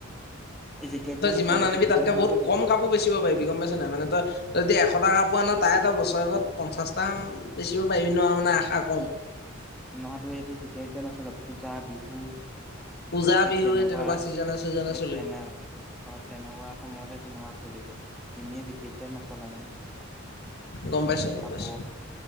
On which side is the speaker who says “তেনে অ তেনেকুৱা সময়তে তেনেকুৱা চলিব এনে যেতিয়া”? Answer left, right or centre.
Centre